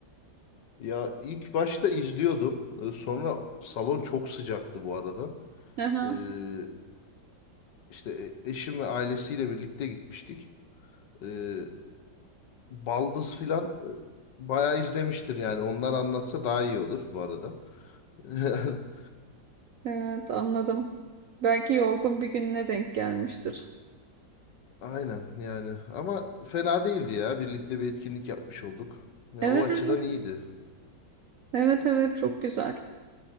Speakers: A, on the left (about 70°); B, on the right (about 70°).
A: Ya ilk başta izliyordum. Ee, Sonra salon çok sıcaktı bu arada.
B: Aha,
A: Ee, işte e- eşim ve ailesiyle birlikte gitmiştik. Ee, Baldız filan e, bayağı izlemiştir yani. Onlar anlatsa daha iyi olur bu arada. <laughs>
B: evet anladım. Belki yorgun bir gününe denk gelmiştir.
A: Aynen yani. Ama fena değildi ya. Birlikte bir etkinlik yapmış olduk. Ya
B: Evet
A: o açıdan
B: evet.
A: iyiydi.
B: Evet evet çok güzel.